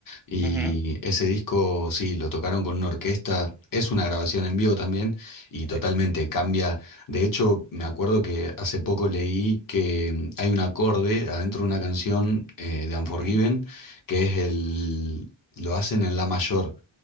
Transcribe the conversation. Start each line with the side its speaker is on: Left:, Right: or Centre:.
Left: y
Centre: ujú,
Left: ese disco sí, lo tocaron con una orquesta, es una grabación en vivo también, y totalmente
Centre: sí,
Left: cambia. De hecho, me acuerdo que hace poco leí que mm, hay un acorde adentro de una canción eh, de Unforgiven,
Centre: ujú,
Left: que es el... Lo hacen en la mayor.